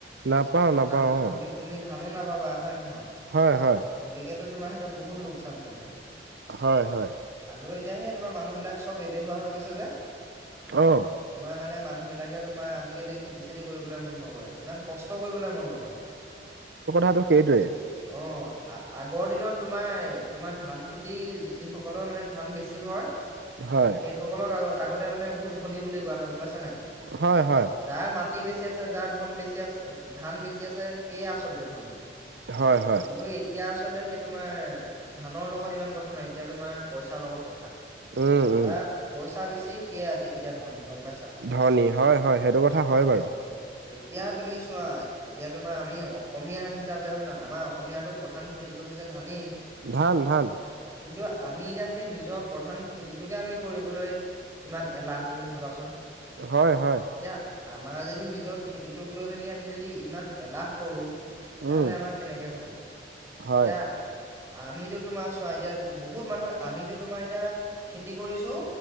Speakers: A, on the right (about 70°); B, on the right (about 15°).
A: নাপাওঁ নাপাওঁ,
B: ধানো তুমি
A: অ'।
B: তুমি ধানো নাপাবা হয় নহয়?
A: হয় হয়
B: গতিকেটো তোমাৰ সেইটো বহুত লো হৈ যায়,
A: হয় হয়
B: আৰু এতিয়া সেই তোমাৰ মানুহ বিলাক চব এলেহুৱা হৈ গৈছে যে।
A: অ'।
B: তোমাৰ মানে মানুহবিলাকে তোমাৰ আজিকালি খেতি চেতি কৰিবলে মন নকৰে ইমান কষ্ট কৰিবলৈ মন নকৰে।
A: থাটো সেইটোৱে।
B: অ আ, আগৰ দিনত তোমাৰ তোমাৰ ধান খেতি যিসকলৰ মানে ধান বেছি হয়
A: হয়
B: সেইসকলৰ আত আগতে মানে বহুত ধনী বুলি কোৱা হয়, গম পাইছানে নাই
A: হয় হয়
B: যাৰ মাত টি, বেছি আছে, যাৰ ধন বেছি আছে ধান বেছি আছে সেয়ে আচলতে ধনী।
A: হয় হয়
B: কিন্তু এতিয়া আচলতে সেই তোমাৰ ধানৰ লগত ইমান কথা নাই এতিয়া তোমাৰ পইচাৰ লগত কথা,
A: উম
B: যাৰ
A: উম
B: পইচা বেছি। সিয়ে এত-এতিয়া ধনী। গম পাইছা
A: ধনী হয়, হয় সেইটো কথা হয় বাৰু।
B: অ এতিয়া তুমি চোৱা, এতিয়া তোমাৰ আমি অসমীয়া হিচাপে হয় নহয় আমাৰ অসমীয়াটো প্ৰধান খেতিটো হৈছে ধানেই।
A: ধান, ধান।
B: কিন্তু আমি এতিয়া সেই নিজৰ প্ৰধান খেতিটোকে আমি কৰিবলৈ ইমান এলাহ তুমি ভাবাচোন।
A: হয়, হয়।
B: এতিয়া আমাৰ যদি নিজৰ খেতিটোক লৈ মেলি আমি যদি ইমান এলাহ কৰোঁ। তেনেহ'লে
A: উম
B: আমাৰ কেনেকে হ'ব
A: হয়
B: এতিয়া আমিটো তোমাৰ চোৱা এতিয়া বহুত মানুহ আমিটো তোমাৰ এতিয়া খেতি কৰিছোঁ।